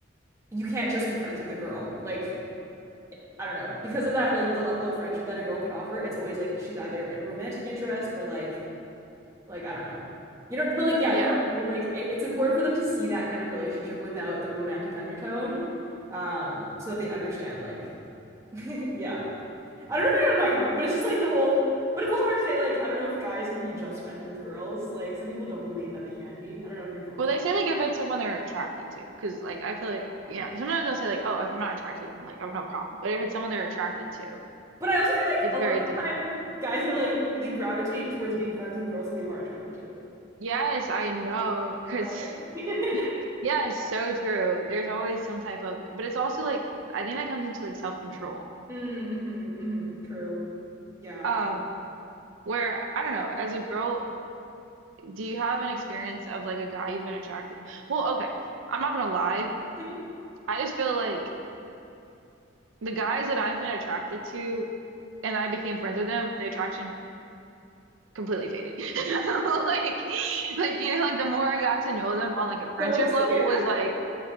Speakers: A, on the right; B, on the right.
A: you can't just be friends with a girl. Like I don't know, because of that, like the level of friendship that a girl can offer, it's always like she's either a romantic interest or like like I don't know. You know, but like yeah,
B: Yeah.
A: you know what I mean? Like it, it's important for them to see that kind of relationship without the romantic undertone, um, so that they understand like <laughs> yeah. I don't know if you know what I'm talking about, but it's just like the whole but it's also hard to say like I don't know if guys can be just friends with girls. Like some people don't believe that they can be. I don't know if your thoughts
B: Well,
A: on
B: they say like if it's someone they're attracted to, because like I feel like
A: that.
B: you know sometimes they'll say like oh if I'm not attracted to them like I've no problem, but if it's someone they're attracted to,
A: But I also feel like
B: it's
A: a
B: very
A: lot
B: difficult
A: of times
B: for them.
A: guys are like they gravitate towards being friends with girls that they are attracted to.
B: Yes, I know, because
A: right? <laughs>
B: <laughs> yeah, it's so true. There's always some type of, but it's also like I think that comes into like self-control.
A: Mm, hmm hmm True. Yeah.
B: Um, where I don't know, as a girl, do you have an experience of like a guy you've been attracted? Well, okay, I'm not gonna lie.
A: hmm <laughs>
B: I just feel like the guys that I've been attracted to, and I became friends with them, the attraction completely faded. <laughs> Like, like you know, like the more I got to know them on like a friendship
A: The worst
B: level
A: thing <laughs>
B: was like.